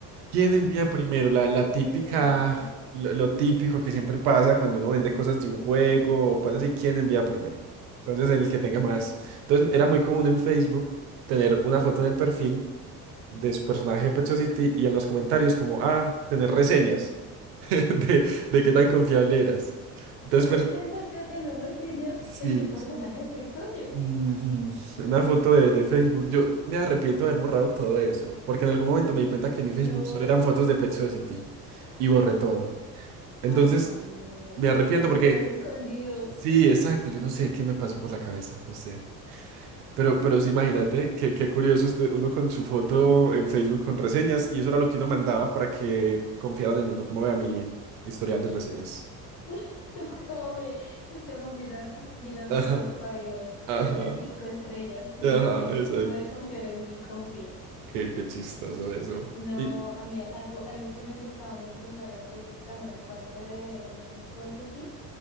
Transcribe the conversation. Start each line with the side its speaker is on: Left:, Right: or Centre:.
Right: ¿Quién envía primero? La, la típica,
Left: quién te va a estafar?
Right: lo, lo típico que siempre pasa cuando uno vende cosas de un juego, o pasa así, ¿quién envía primero? Entonces el que tenga más. Entonces era muy común en Facebook tener una foto en el perfil de su personaje de Pet Society y en los comentarios como, ah, tener reseñas <laughs> de, de qué tan confiable eras. Entonces,
Left: ¿Tú
Right: per-
Left: alcanzaste a tener reseñas
Right: sí,
Left: de tu personaje de Pet Society?
Right: ujú, una foto de, de Facebook. Yo me arrepiento de haber borrado todo eso, porque en algún momento me di cuenta que mi Facebook
Left: No,
Right: solo eran fotos de Pet Society y borré todo. Entonces,
Left: ay, no,
Right: me arrepiento
Left: las
Right: porque,
Left: hubieras escondido.
Right: sí, exacto, yo no sé qué me pasó por la cabeza, no sé. Pero, pero sí, imagínate, qué, qué curioso usted, uno con su foto en Facebook con reseñas, y eso era lo que uno mandaba para que confiaran en uno, como vea mi historial de reseñas.
Left: <laughs> Es como, mi- es como mira, mira mi
Right: <laughs> Ajá,
Left: Trustpilot,
Right: ajá,
Left: es de cinco estrellas. Sí,
Right: ajá,
Left: sí, <laughs>
Right: exacto.
Left: sí puedes confiar en mí, confía.
Right: Qué, qué chistoso eso.
Left: No,
Right: Y
Left: a mí algo, algo que me gustaba mucho jugar en Facebook también, aparte de, de Pet Society,